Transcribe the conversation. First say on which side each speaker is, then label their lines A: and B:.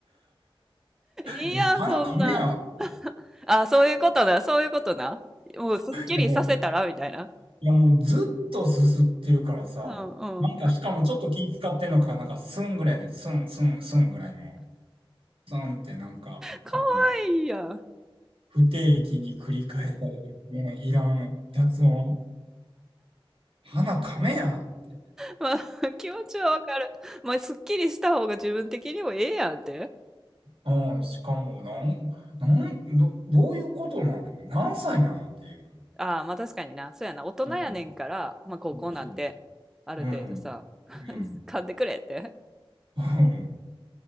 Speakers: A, in the centre; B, on the right.
A: いいやん、
B: いや鼻噛めやって。
A: そんな。あ、そういうことな、そういうことな。もうすっきりさせたらみたいな。
B: いやもう、いやもうずっとすすってるからさ、
A: うん、
B: なんかしかもちょっと気使ってんのか、
A: うん。
B: なんかスンぐらいね、スンスンスンぐらいの、スンってなんか、こう
A: かわいいやん。
B: 不定期に繰り返される、もういらん雑音。鼻かめやって。
A: まあ、<laughs> 気持ちはわかる。まあ、すっきりした方が自分的にもええやんって。
B: うん、しかも、なん、なん、ど、どういうことなん何歳なんっていう。
A: ああ、まあ確かにな。そうやな。大人やねんから、
B: うん。
A: まあ高校なんて、
B: そうそうそう。
A: ある程度さ、
B: うん。
A: <laughs>
B: うん。
A: 買ってくれって。
B: うん。